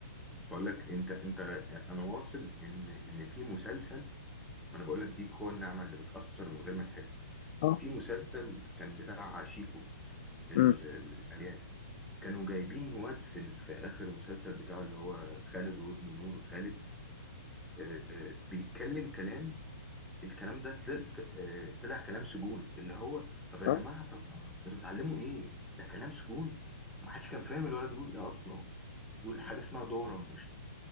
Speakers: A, in the centre; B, on the left (about 45°).
A: بقول لك انت انت انا واصل ان ان في مسلسل ما انا بقول لك دي قوة النعمة اللي بتأثر من غير ما تحس
B: اه
A: في مسلسل كان بتاع شيكو ال-
B: امم
A: ال- المليان كانوا جايبين واد في ال- في اخر المسلسل بتاعه اللي هو خالد وابن نور خالد آه، آه، بيتكلم كلام الكلام ده طل- آه، طلع كلام سجون اللي هو طب يا
B: اه
A: جماعه طب انتوا بتعلموا ايه؟ ده كلام سجون ومحدش كان فاهم الولد بيقول ايه اصلا بيقول حاجه اسمها دوره مش